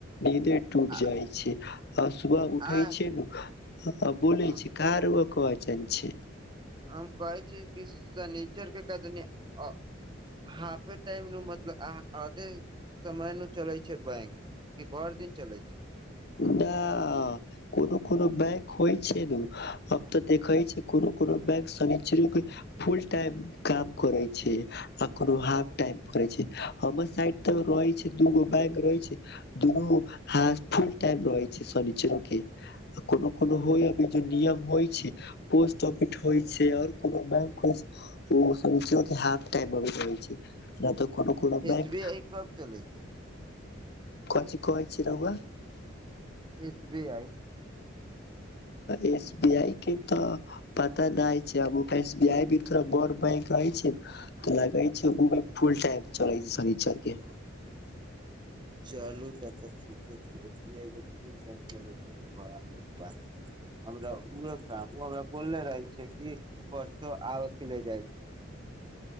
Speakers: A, on the left; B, on the right.
A: नींदे टूट
B: आ
A: जाइ छै आ सुबह उठे
B: आ
A: छै नु आ बोलै
B: हँ
A: छी का रउआ कहय चाहय छियै
B: हम कहै छी कि सनिचर केदिने अ हाफे टाइम मतलब आधे समय न चलै छै बैंक कि भरि दिन चलै छै
A: दा कोनो कोनो बैंक होइ छै नू तऽ देखइ छै कोनो कोनो बैंक सनिचरीके फुलटाइम काम करे छै आ कोनो हाफ टाइम करे छै हमर साइड तऽ रहे छै दूगो बैंक रहे छै दुनू हा फुल टाइम रहै छै सनिचरो के कोनो कोनो होय अभी जे नियम होइ छै पोस्टआफिस होइ छै आओर कोनो बैंक होइ छै ऊ सनिचरो के हाफ टाइम आब रहै छै न तऽ कोनो कोनो
B: एस
A: बैंक
B: बी आई कब चलै छै
A: कोंची कह छी रउआ
B: SB I
A: S B I के तऽ पता नहि हइ छै एस बी आई भी त बड़ बैंक रहै छै तऽ लगै छै ओ भी फुल टाइम चलै छै शनीचर के
B: चलू तब तऽ ठीके छै इसलिए फूल टाइम चलै छै तऽ बड़ा नीक बात छै हमरा उह काम ओ हमरा बोलले रहै छै कि परसो आबैके ले जाइ छै